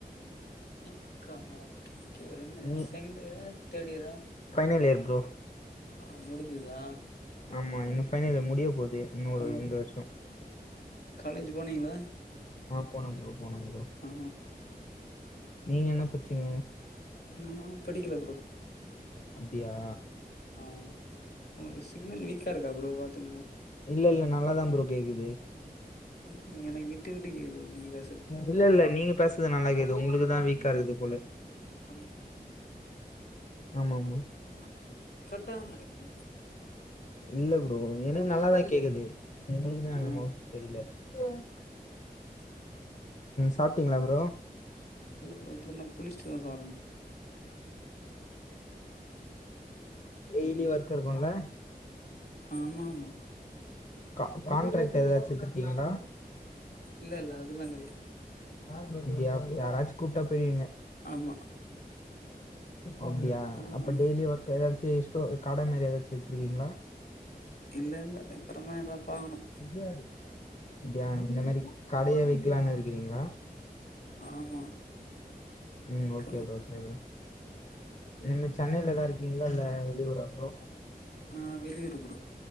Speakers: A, on the left; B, on the left.
A: பி காமா ஓகே ஓகே ப்ரோ என்ன
B: நீ
A: செகண்ட் இயரா தேட் இயரா
B: ஃபைனல் இயர் ப்ரோ
A: ஆ முடிஞ்சுதா
B: ஆமா இன்னு ஃபைனல் இயர் முடியப் போது இன்னொரு
A: அதா
B: இந்த வருஷோ
A: காலேஜ் போனீங்களா
B: ஆ போனே ப்ரோ போனே ப்ரோ
A: ஆ
B: நீங்க என்ன பட்ச்சீங்க
A: நா படிக்கல ப்ரோ
B: அப்டியா
A: ஆ உங்களுக்கு சிக்னல் வீக்கா இருக்கா ப்ரோ பாத்துக்கங்க
B: இல்லல்ல நல்லாதா ப்ரோ கேக்குது
A: ம்ஹு எனக்கு விட்டு விட்டு கேக்குது நீங்க பேஸ்றது
B: இல்லல்ல நீங்க பேசுறது நல்லா கேக்குது உங்களுக்குதா வீக்கா இருக்குது போல
A: அ
B: ஆமா ஆமா
A: நான் கரெக்டா தானே இருக்கேன்
B: இல்ல ப்ரோ எனக்கு நல்லாதா கேக்குது உங்களுக்குதா
A: ஆ
B: அந்தம தெரியல க்ஷம் சாப்பிட்டீங்களா ப்ரோ
A: இல்ல ப்ரோ அப்றந்தா குளிச்ச்சிட்டு சாப்புட்ணு
B: டெய்லி
A: ம்
B: ஒர்க் இருங்குல்ல
A: ஆமா ஆமா
B: கா கான்ட்ராக்ட் ஏதாச்சு வச்சிருக்கீங்களா
A: இல்லல்ல அதெல்லா கெடையாது
B: அப்டியா யாராச்சு கூப்ட்டா போய்டுவிங்க
A: ஆமா
B: அப்டியா
A: ஆமா
B: அப்ப
A: ஆமா
B: டெய்லி ஒர்க் ஏதாச்சும் ஸ்டோர் கட மாரி ஏதாச்சு வச்சிருக்கீங்களா
A: இல்ல இல்ல இப்பறந்தா எதா பாக்ணு
B: யாரு அப்டியா இந்த மாரி கடையை வைக்கலான்னு இருக்கிறீங்களா
A: ஆமா
B: ம் ஓகே
A: க
B: ப்ரோ ஓகே ப்ரோ நம்ம சென்னையில
A: ஆ
B: தா இருக்கீங்களா இல்ல வெளியூரா ப்ரோ
A: நா வெளியூருப்ரோ